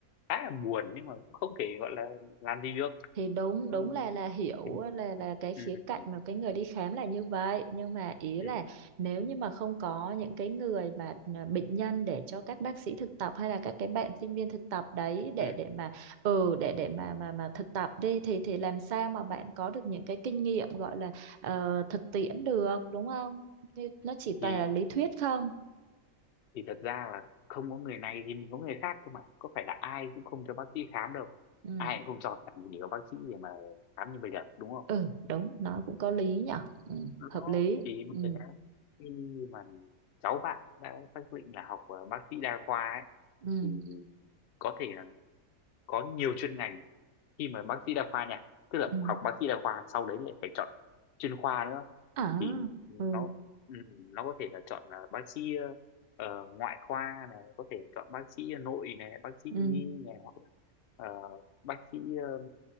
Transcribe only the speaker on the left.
khá là buồn nhưng mà cũng không thể gọi là làm gì được.
Ừ,
thì,
ừ,
ừ,
ừ,
ừ.
Thì,
thì thật ra là không có người này thì mình có người khác thôi mà. Có phải là ai cũng không cho bác sĩ khám đâu.
Ai cũng không cho làm gì có bác sĩ để mà khám như bây giờ đúng không?
nó
thì bây
giờ đang khi mà cháu bạn đã xác định là học ờ, bác sĩ đa khoa ấy,
thì có thể là có nhiều chuyên ngành khi mà bác sĩ đa khoa nha tức là
học bác sĩ đa khoa sau đấy lại phải chọn chuyên khoa nữa
thì nó
ừ, nó có thể là chọn là bác sĩ ờ, ờ, ngoại khoa này có thể là chọn bác sĩ nội này bác sĩ
nhi này hoặc là ờ, bác sĩ ờm,